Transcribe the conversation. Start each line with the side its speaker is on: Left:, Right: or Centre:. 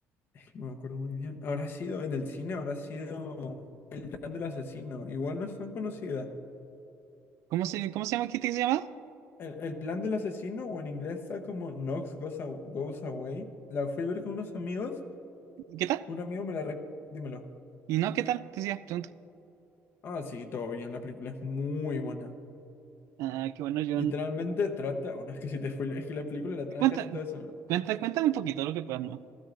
Left: no me acuerdo muy bien, habrá sido en el cine, habrá sido... plan del asesino, igual no es tan conocida.
Right: <laughs> ¿Cómo se, cómo se llama? ¿Qué te llama?
Left: El, el plan del asesino, o en inglés está como Knox Goes, Aw- Goes Away. La fui a ver con unos amigos.
Right: ¿Qué tal?
Left: Un amigo me la... rec- Dímelo.
Right: Y no, ¿qué tal? Te decía, pregunto.
Left: Ah, sí, todo bien, la película es muy buena.
Right: Ah, qué bueno, John.
Left: Literalmente trata... Bueno, es que si te spoileo, es que la película la trata
Right: Cuenta,
Left: y todo eso, ¿no?
Right: cuenta, cuéntame un poquito lo que puedas, ¿no?